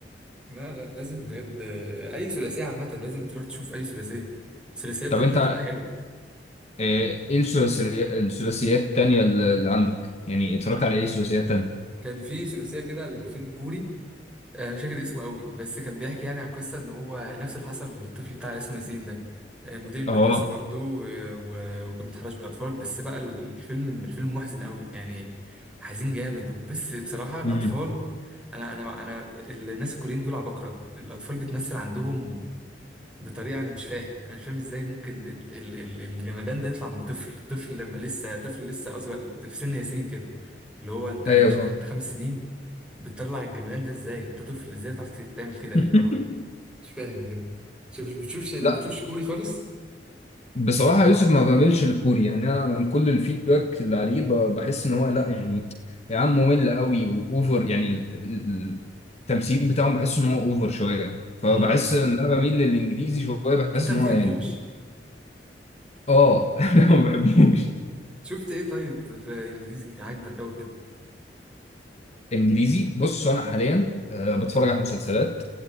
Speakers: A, in the centre; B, on the left.
A: لا لا لازم بجد آه، اي ثلاثيه عامه لازم تروح تشوف اي ثلاثيه الثلاثيه بتاع
B: طب
A: عامه
B: انت
A: بتبقى حلوه
B: آه، ايه الثلاثي- الثلاثيات التانية اللي اللي عندك يعني اتفرجت على ايه ثلاثيات تانية
A: كان في ثلاثيه كده الفيلم كوري آه، مش فاكر اسمه قوي بس كان بيحكي يعني عن قصة ان هو نفس اللي حصل للطفل بتاع اسمه ياسين ده آه، مدير المدرسة
B: اه
A: برضو و- و- وكان بيتحرش بالأطفال بس بقى الفيلم الفيلم محزن قوي يعني حزين جامد وبس بصراحة الأطفال
B: امم
A: أنا أنا أنا الناس الكوريين دول عباقرة الأطفال بتمثل عندهم بطريقة أنا مش فاهم أنا مش فاهم إزاي ممكن الت- ال- ال- الجمدان ده يطلع من طفل طفل لما لسه طفل لسه أصغر في سن ياسين كده اللي هو انت يا
B: ايوه
A: باشا
B: فاهم.
A: انت خمس سنين بتطلع الجمدان ده ازاي انت طفل ازاي بتعرف تعمل كده
B: <laughs>
A: اللي هو مش فاهم بجد شوف بتشوفش بتشوفش
B: لا
A: كوري خالص
B: بصراحة يوسف ما بعملش الكوري يعني أنا من كل الفيدباك اللي عليه ب- بحس إن هو لا يعني يا عم ممل قوي وأوفر يعني ال- ال- التمثيل بتاعهم بحس إن هو أوفر شوية فبحس
A: امم
B: إن أنا بميل للإنجليزي شوية بحس
A: انت بتحبوش
B: إن هو يعني آه <laughs> أنا ما بحبوش
A: شفت ايه طيب في انجليزي عاجبك قوي كده
B: انجليزي بص انا حاليا آه، بتفرج على مسلسلات